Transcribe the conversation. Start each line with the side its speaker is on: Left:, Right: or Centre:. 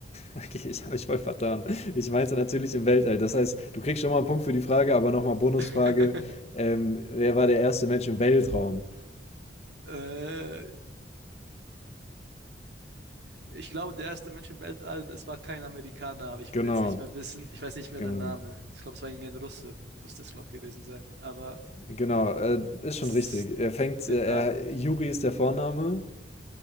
Left: Okay, ich habe mich voll vertan. Ich meinte natürlich im Weltall. Das heißt, du kriegst schon mal einen Punkt für die Frage, aber nochmal Bonusfrage.
Right: <laughs>
Left: Ähm, wer war der erste Mensch im Weltraum?
Right: Äh, ich glaube, der erste Mensch im Weltall, es war kein Amerikaner, aber ich
Left: Genau,
Right: würde jetzt nicht mehr wissen, ich weiß nicht mehr
Left: genau,
Right: den Namen. Ich glaube, es war irgendein Russe, müsste es, glaube ich, gewesen sein. Aber
Left: genau. Äh, ist schon
Right: s-
Left: richtig. Er fängt,
Right: den
Left: äh,
Right: Namen,
Left: er, Juri ist der Vorname.